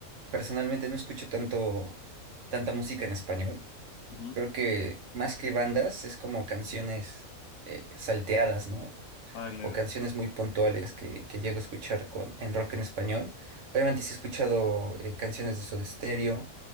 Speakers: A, on the right; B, on the left.
A: personalmente no escucho tanto, tanta música en español.
B: Ujú.
A: Creo que más que bandas es como canciones eh, salteadas, ¿no?
B: Ah, claro.
A: o canciones muy puntuales que, que llego a escuchar con, en rock en español. Obviamente sí he escuchado eh, canciones de Soda Stereo.